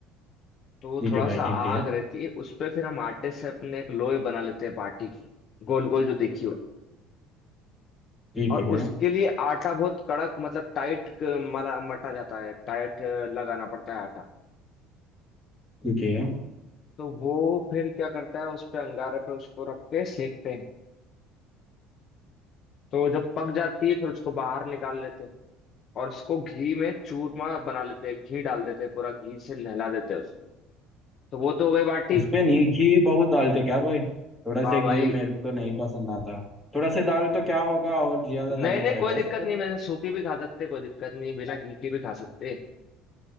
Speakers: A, on the left; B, in the centre.
A: तो वो
B: ठीक
A: थोड़ा
B: है भाई
A: सा
B: ठीक
A: आग
B: है
A: रहती है उस पे फिर हम आटे से अपने एक लोई बना लेते हैं बाटी की गोल गोल जो देखी हो
B: ठीक
A: और
B: है
A: उसके लिए आटा बहुत कड़क मतलब टाइट मरा मटा जाता है टाइट अ, लगाना पड़ता है आटा
B: ठीक है
A: तो वो फिर क्या करता है उस पे अंगारे पे उसको रख के सेकते हैं तो जब पक जाती है फिर उसको बाहर निकाल लेते हैं और इसको घी में चूरमा बना लेते हैं घी डाल देते हैं पूरा घी से नहला देते हैं उसको तो वो तो हो गई बाटी
B: इस पे नहीं घी बहुत डालते क्या भाई थोड़ा
A: हाँ
B: से घी
A: भाई
B: मेरे को तो नहीं पसंद आता थोड़ा से डाल तो क्या होगा और ज्यादा डालना
A: नहीं नहीं
B: पड़ेगा
A: कोई
B: उस
A: दिक्कत
B: पे
A: नहीं वैसे सूखी भी खा सकते कोई दिक्कत नहीं बिना घी के भी खा सकते